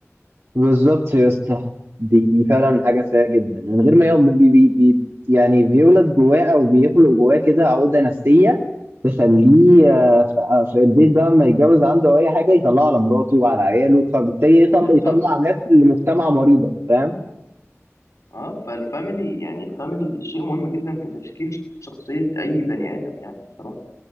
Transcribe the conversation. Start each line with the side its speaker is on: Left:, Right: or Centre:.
Right: بالظبط يا اسطى دي دي فعلا حاجه سيئه جدا من غير ما يقعد بي بي بي يعني بيولد جواه او بيخلق جواه كده عقده نفسيه تخليه
Left: مم،
Right: آه، ف- آه، في البيت بقى لما يتجوز عنده او اي حاجه يطلعه على مراته وعلى عياله فبالتالي يطلع
Left: بالظبط
Right: يطلع ناس لمجتمع مريضه فاهم
Left: اه فالفاميلي يعني الفاميلي دي شيء مهم جدا في تشكيل شخصية أي بني آدم يعني بصراحة